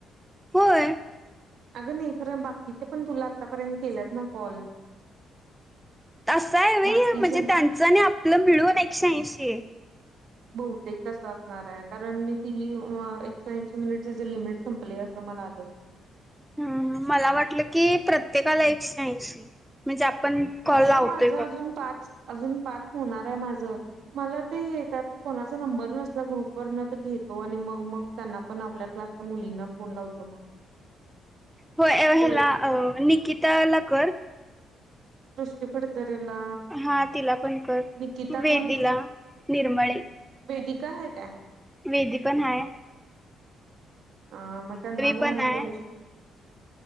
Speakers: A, in the centre; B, on the right.
A: होय.
B: अगं नाही खरं बाकीचे पण तुला आत्तापर्यंत केलंत ना कॉल.
A: आसं आहे व्हय
B: बाकीच
A: हे म्हणजे त्यांचं आणि आपलं मिळून एकशे ऐंशी.
B: बहुतेक तस असणार आहे. कारण मी ती एकशेऐशी मिनिटची जर लिमिट संपली अस मला आलं.
A: हम्म हम्म, मला वाटलं की प्रत्येकाला एकशे ऐंशी म्हणजे आ पण कॉल
B: आता
A: लावतोय
B: माझं
A: बघ
B: अजून पाच अजून पाच होणार आहे माझं, मला तेे त्यात कोणाचा नंबर नस त ग्रुप वरणं तर घेत तो आणि मग मग त्यांना पण आपल्या क्लासच्या मुलींना फोन लावतो मग.
A: होय, अ
B: कोळी
A: हेला अ निकिताला कर.
B: सृष्टी पडतंय. ला,
A: हा तिला पण कर
B: निकिता
A: वेदीला
B: कोण?
A: निर्मळे
B: वेदिक का आहे काय?
A: वेदिका नाय.
B: हा मग त्यांना लावून
A: पण आहे
B: बघू शकतो.